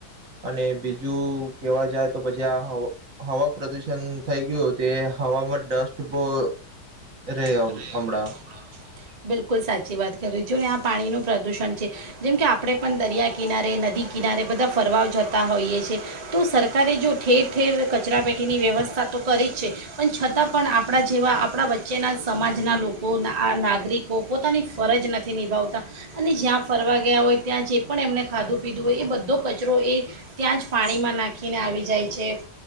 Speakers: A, on the right; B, on the right.
A: અને બીજું કેવા જાય તો પછી આ હવ હવા પ્રદુષણ થઈ ગયું તે હવામાં ડસ્ટ બહ રહે
B: <unintelligible>
A: હમણાં
B: બિલકુલ સાચી વાત. કર જો ને આ પાણીનું પ્રદૂષણ છે, જેમ કે આપણે પણ દરિયા કિનારે, નદી કિનારે, બધા ફરવાઓ જતા હોઈએ છેએ તો સરકારે જો ઠેર ઠેર કચરા પેટીની વ્યવસ્થા તો કરી જ છે, પણ છતાં પણ આપણા જેવા આપણા વચ્ચેના સમાજના લોકો આ નાગરિકો પોતાની ફરજ નથી નિભાવતા, અને જ્યાં ફરવા ગયા હોય ત્યાં જે પણ એમને ખાધું પીધું હોય એ બધો કચરો એ ત્યાં જ પાણીમાં નાખીને આવી જાય છે.